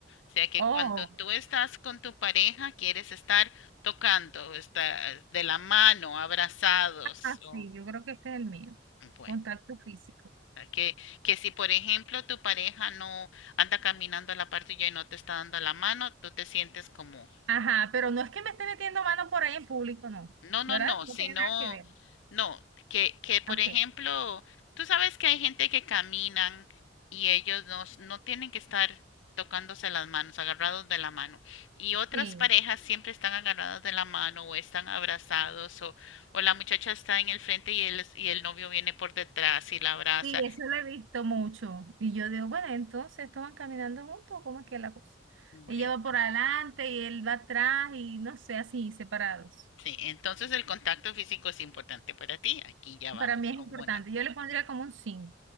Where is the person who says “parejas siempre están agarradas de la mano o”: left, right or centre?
Left